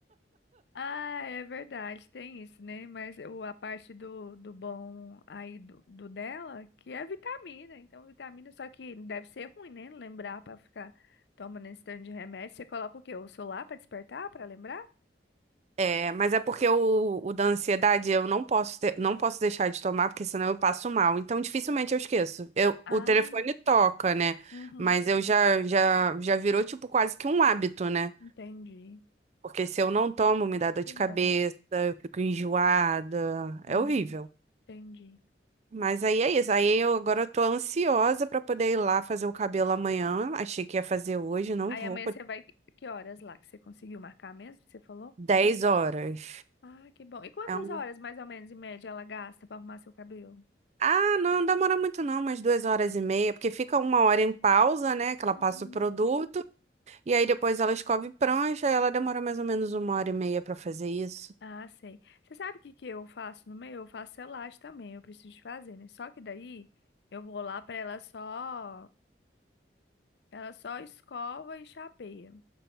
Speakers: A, on the left; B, on the right.
A: Ah, é verdade, tem isso, né? Mas o, a parte do, do bom aí do, do dela, que é vitamina. Então, vitamina, só que deve ser ruim, né? Lembrar pra ficar tomando esse tanto de remédio. Você coloca o quê? O celular pra despertar, pra lembrar?
B: É, mas é porque o, o da ansiedade eu não posso ter- não posso deixar de tomar, porque senão eu passo mal. Então dificilmente eu esqueço. Eu,
A: Ah,
B: o telefone toca, né?
A: uhum,
B: Mas eu já, já, já virou tipo quase que um hábito, né?
A: entendi.
B: Porque se eu não tomo, me dá dor
A: Que
B: de
A: bom.
B: cabeça, eu fico enjoada.
A: Hum,
B: É horrível.
A: entendi.
B: Mas aí é isso. Aí eu agora eu tô ansiosa pra poder ir lá fazer o cabelo amanhã. Achei que ia fazer hoje, não
A: Aí
B: vou.
A: amanhã você vai. Que horas lá que você conseguiu marcar mesmo? Você falou?
B: dez horas.
A: Ah, que bom. E quantas
B: É um-
A: horas, mais ou menos, em média, ela gasta pra arrumar seu cabelo?
B: Ah, não, não demora muito não, umas duas horas e meia, porque fica uma hora em pausa, né? Que ela
A: Uhum.
B: passa o produto, e aí depois ela escove prancha, e ela demora mais ou menos uma hora e meia pra fazer isso.
A: Ah, sei. Você sabe o que que eu faço no meio? Eu faço selagem também, eu preciso de fazer, né? Só que daí eu vou lá pra ela só, ela só escova e chapeia,